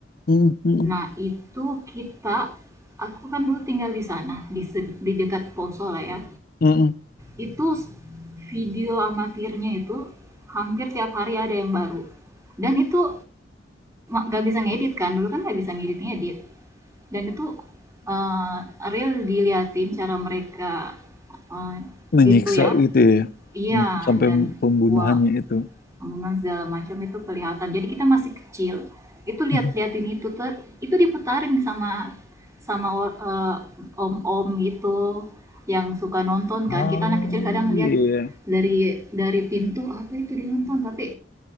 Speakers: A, on the left; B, on the right.
A: mm, mm,
B: Nah, itu kita, aku kan dulu tinggal di sana, di, di dekat Poso lah ya.
A: mm, mm.
B: Itu video amatirnya itu hampir tiap hari ada yang baru. Dan itu nggak bisa ngedit kan, dulu kan nggak bisa ngedit-ngedit. Dan itu eh, real diliatin cara mereka eh,
A: Menyiksa
B: gitu ya.
A: gitu ya.
B: Iya,
A: Mm, Sampai
B: dan
A: pembunuhannya
B: wah
A: itu.
B: bangunan segala macam itu kelihatan. Jadi kita masih kecil, itu lihat-liatin
A: Mhm.
B: itu tuh, itu diputarin sama sama or- eh, om-om gitu yang suka nonton
A: Oh
B: kan. Kita anak kecil kadang lihat
A: iya.
B: dari dari pintu apa itu dinonton tapi